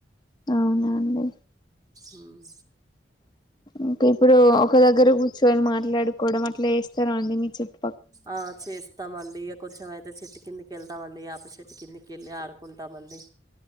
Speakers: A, on the left; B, on the right.
A: ఔనండి
B: ఉమ్
A: ఇంకిప్పుడు ఒక దగ్గర కూర్చోని మాట్లాడుకోడం అట్లేస్తరాండి మీ చుట్
B: ఆ చేస్తామండి ఇగ కొంచెం ఐతే చెట్టు కిందికి వెళ్తామండి యాప చెట్టు కిందిక్ కెళ్ళి ఆడుకుంటామండి